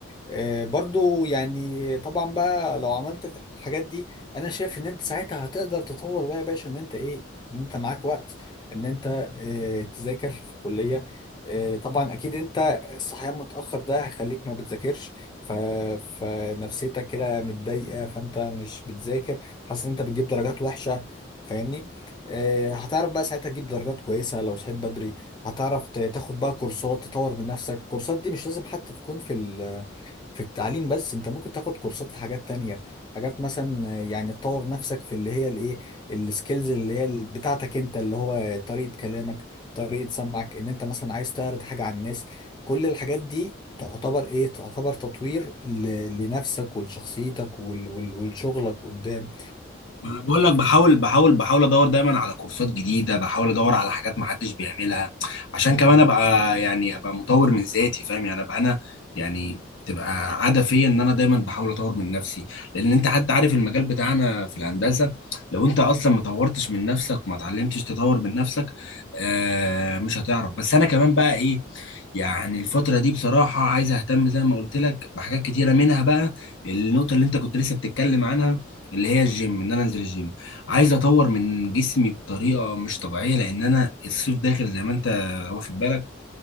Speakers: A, on the left; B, on the left.
A: آه، برضو يعني طبعا بقى لو عملت الحاجات دي انا شايف ان انت ساعتها هتقدر تطور بقى يا باشا ان انت ايه ان انت معاك وقت ان انت آه، تذاكر في الكلية آه، طبعا اكيد انت الصحيان متأخر ده هيخليك ما بتذاكرش ف... فنفسيتك كده متضايقة فانت مش بتذاكر حاسس ان انت بتجيب درجات وحشة فاهمني آه، هتعرف بقى ساعتها تجيب درجات كويسة لو صحيت بدري هتعرف ت- تاخد بقى كورسات تطور من نفسك الكورسات دي مش لازم حتى تكون في ال في التعليم بس انت ممكن تاخد كورسات في حاجات تانية حاجات مثلا آه، يعني تطور نفسك في اللي هي الايه السكيلز اللي هي ال- بتاعتك انت اللي هو طريقة كلامك طريقة سمعك ان انت مثلا عايز تعرض حاجة على الناس كل الحاجات دي تعتبر ايه تعتبر تطوير ل- لنفسك ولشخصيتك ول- ول- ولشغلك قدام
B: ما انا بقول لك بحاول بحاول بحاول ادور دايما على كورسات جديده بحاول ادور على حاجات ما حدش بيعملها عشان كمان ابقى يعني ابقى مطور من ذاتي فاهم يعني ابقى انا يعني تبقى عاده فيا ان انا دايما بحاول اطور من نفسي لان انت حتى عارف المجال بتاعنا في الهندسه لو انت اصلا ما طورتش من نفسك وما اتعلمتش تطور من نفسك آه مش هتعرف بس انا كمان بقى ايه يعني الفترة دي بصراحة عايز اهتم زي ما قلت لك بحاجات كتيرة منها بقى النقطة اللي انت كنت لسه بتتكلم عنها اللي هي الجيم ان انا انزل الجيم عايز اطور من جسمي بطريقه مش طبيعيه لان انا الصيف داخل زي ما انت واخد بالك